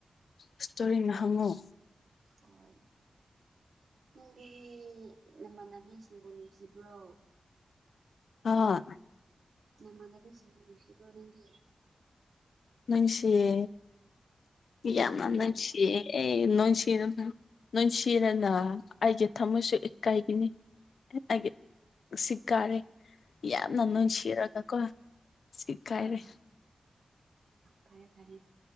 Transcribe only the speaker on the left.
ꯏꯁꯇꯣꯔꯤꯅ ꯍꯪꯉꯨ
ꯑꯥ
ꯅꯨꯡꯁꯤꯌꯦ
ꯏꯌꯥꯝꯅ ꯅꯨꯡꯁꯤꯌꯦ
ꯅꯨꯡꯁꯤ ꯅꯨꯡꯁꯤꯅꯅ ꯑꯩꯒꯤ ꯊꯝꯃꯣꯏꯁꯨ ꯏ ꯀꯥꯏꯒꯤꯅꯤ ꯑꯩꯒꯤ ꯁꯤ ꯀꯥꯔꯦ ꯌꯥꯝꯅ
ꯅꯨꯡꯁꯤꯔꯒ ꯀꯣ ꯁꯤꯀꯥꯏꯔꯦ